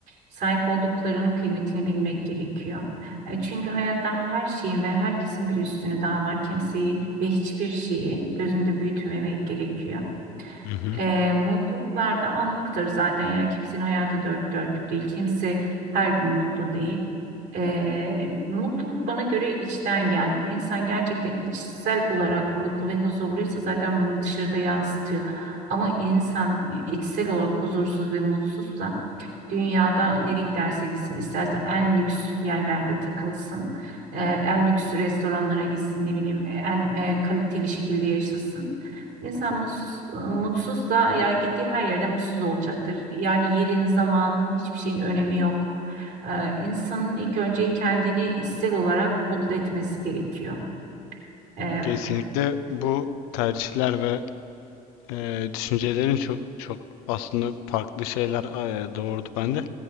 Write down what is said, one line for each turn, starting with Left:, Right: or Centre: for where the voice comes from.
Right: sahip olduklarının kıymetini bilmek gerekiyor. E, çünkü hayatta her şeyin ve herkesin bir üstünü daha var. Kimseyi ve hiçbir şeyi gözünde büyütmemek gerekiyor.
Left: Hı hı.
Right: E, mutluluklar da anlıktır zaten ya kimsenin hayatı dört dörtlük değil kimse her gün mutlu değil E, mutluluk bana göre içten gel insan gerçekten içsel olarak mutlu ve huzurluysa zaten bunu dışarıda yansıtıyor ama insan e, içsel olarak huzursuz ve mutsuzsa dünyada nereye giderse gitsin isterse en lüks yerlerde takılsın e, en lüks restoranlara gitsin ne bileyim en e, kaliteli şekilde yaşasın İnsan mutsuz, mutsuz da ya gittiği her yerde mutsuz olacaktır. Yani yerin, zamanın hiçbir şeyin önemi yok. Ee, insanın ilk önce kendini içsel olarak mutlu etmesi gerekiyor. Ee,
Left: Kesinlikle bu tercihler ve eee, düşüncelerin çok çok aslında farklı şeyler eee, doğurdu bende.